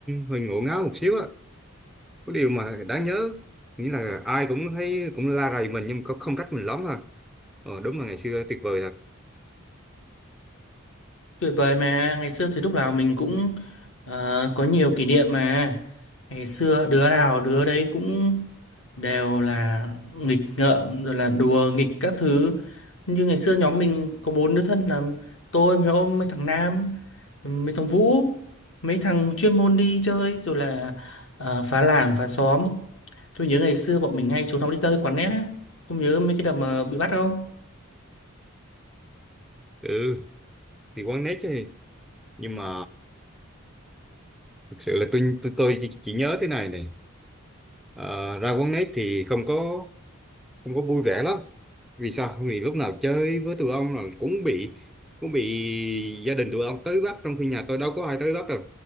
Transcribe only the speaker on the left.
tuyệt vời mà ngày xưa thì lúc nào mình cũng ờ, có nhiều kỷ niệm mà ngày xưa đứa nào đứa đấy cũng đều là nghịch ngợm rồi là đùa nghịch các thứ như ngày xưa nhóm mình có bốn đứa thân là tôi mấy ông mấy thằng Nam mấy thằng Vũ mấy thằng chuyên môn đi chơi rồi là ờ, phá làng phá xóm Tôi nhớ ngày xưa bọn mình hay trốn học đi chơi quán net á. Không nhớ mấy cái đợt mà bị bắt không?